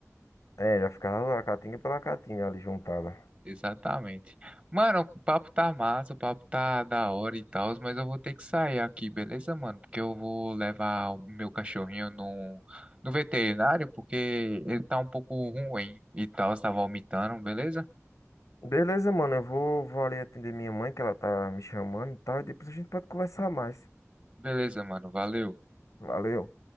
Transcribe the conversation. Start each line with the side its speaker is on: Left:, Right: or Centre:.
Left: É, já ficava a caatinga pela caatinga ali juntada.
Right: Exatamente. Mano, o papo tá massa, o papo tá da hora e tal, mas eu vou ter que sair aqui, beleza, mano? Porque eu vou levar o meu cachorrinho no, no veterinário, porque ele tá um pouco ruim e tal, tá vomitando, beleza?
Left: Beleza, mano, eu vou, vou ali atender minha mãe, que ela tá me chamando e tal, e depois a gente pode conversar mais.
Right: Beleza, mano, valeu.
Left: Valeu.